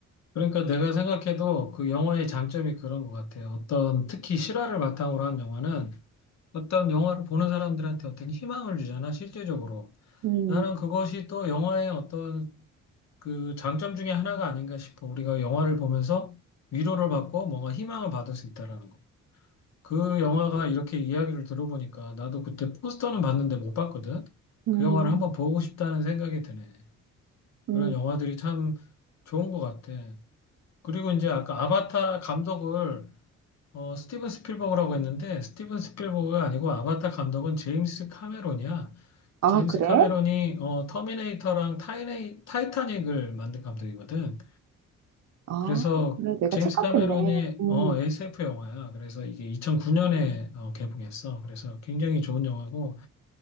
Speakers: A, on the left; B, on the right.
A: 그러니까 내가 생각해도 그 영화의 장점이 그런 것 같아요. 어떤 특히 실화를 바탕으로 한 영화는 어떤 영화를 보는 사람들한테 어떤 희망을 주잖아, 실제적으로.
B: 음,
A: 나는 그것이 또 영화의 어떤 그 장점 중에 하나가 아닌가 싶어. 우리가 영화를 보면서 위로를 받고 뭔가 희망을 받을 수 있다라는 거. 그 영화가 이렇게 이야기를 들어보니까 나도 그때 포스터는 봤는데 못 봤거든.
B: 음,
A: 그 영화를 한번 보고 싶다는 생각이 드네. 그런
B: 음.
A: 영화들이 참 좋은 것 같아. 그리고 이제 아까 아바타 감독을 어, 스티븐 스필버그라고 했는데 스티븐 스필버그가 아니고 아바타 감독은 제임스 카메론이야.
B: 아,
A: 제임스
B: 그래?
A: 카메론이 어, 터미네이터랑 타이네, 타이타닉을 만든 감독이거든.
B: 아,
A: 그래서
B: 그래. 내가
A: 제임스
B: 착각했네.
A: 카메론이
B: 음,
A: 어, SF 영화야. 그래서 이게 2009년에 개봉했어. 그래서 굉장히 좋은 영화고